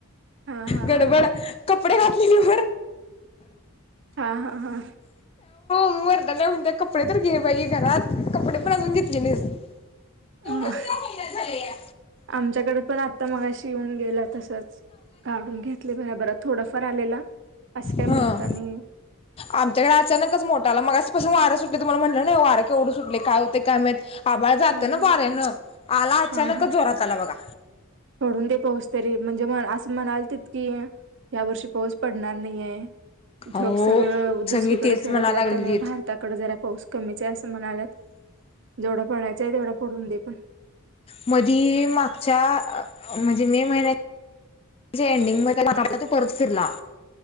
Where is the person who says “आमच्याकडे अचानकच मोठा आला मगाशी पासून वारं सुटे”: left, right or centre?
Left